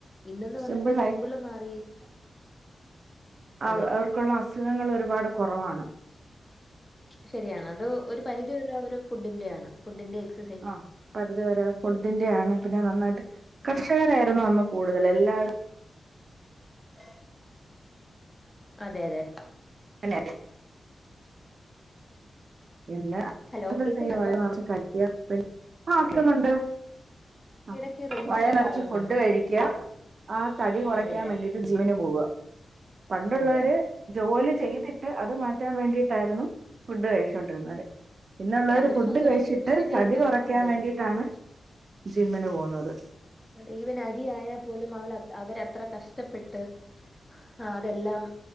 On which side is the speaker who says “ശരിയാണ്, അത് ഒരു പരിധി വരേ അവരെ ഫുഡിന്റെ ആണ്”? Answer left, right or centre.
Left